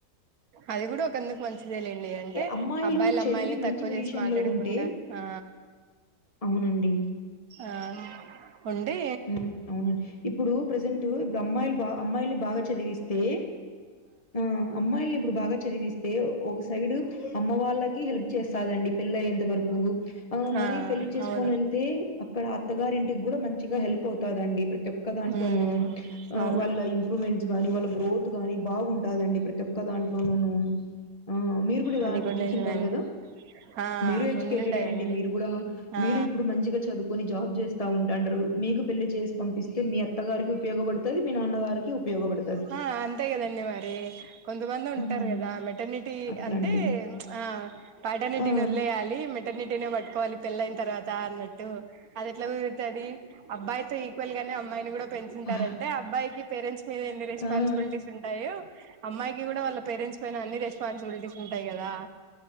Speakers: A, on the right; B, on the left.
A: అది గుడా ఒకందు మంచిదే లెండి అంటే
B: అమ్మాయిలు
A: అబ్బాయిలు
B: చదివి
A: అమ్మాయిల్ని
B: మంచి
A: తక్కువ
B: పొజిషన్‌లో
A: చేసి మాట్లాడకుండా
B: ఉంటే
A: ఆ
B: అవునండి
A: ఆహ్ ఉండి
B: ఉహ్ అవునండి ఇప్పుడు ప్రజెంటు ఇప్పుడు అమ్మాయిలు బా అమ్మాయిల్ని బాగా చదివిస్తే ఆ అమ్మాయిల్ని ఇప్పుడు బాగా చదివిస్ దే ఒక సైడు అమ్మ వాళ్ళకి హెల్ప్ చేస్తాదండి పిళ్ళై అంత వరకు ఓహ్
A: ఆ
B: మరీ పెళ్లి చేస్కొని
A: అవును
B: ఏళ్తే అక్కడ అత్తగారింటికి కూడా మంచిగా హెల్ప్ అవుతాదండి ప్రతోక్క దాంట్లోనూ
A: ఉమ్
B: ఆ
A: అవును
B: వాళ్ళ ఇంప్రూమెంట్స్ కానీ వాళ్ళ గ్రోత్ కానీ బాగుంటాదండి ప్రతోక్క దాంట్లోను ను ఆ మీరు కూడా ఇలాంటివి
A: అది
B: చూసింటారు
A: నిజమే అండి
B: కదా
A: ఆ
B: మీరు ఎడ్యుకేటెడే
A: ఉండుంటాయండి
B: అండి మీరు కూడా మీరు
A: ఆ
B: ఇప్పుడు మంచిగా చదువు కొన్ని జాబ్ చేస్తా ఉంటండారు మీకు పెళ్లి చేసి పంపిస్తే మీ అత్తగారికి ఉపయోగపడ్తది మీ నాన్నగారికి కీ ఉపయోగపడుతది
A: ఆ అంతే గదండి మరి కొంతమంది ఉంటారు
B: హ్మ్
A: కదా మెటర్నిటీ
B: అట్లండి
A: అంటే ఆ పాటర్నిటీని
B: ఆ
A: ఒదిలేయాలి మే మోటర్నిటినే పట్టుకోవాలి పెళ్ళైన తర్వాత అన్నట్టు అదేట్లా కుదురతది అబ్బాయితో ఈక్వల్ గానే అమ్మాయిని కూడా పెంచుంటారంటే
B: ఆ
A: అబ్బాయికి పేరెంట్స్ మీద ఎన్ని రెస్పాన్సిబిల్టీ
B: ఆ
A: స్ ఉంటాయే అమ్మాయికి కూడా వాళ్ళ పేరెంట్స్ పైన అన్ని రెస్పాన్సిబిల్టీస్ ఉంటాయ్ కదా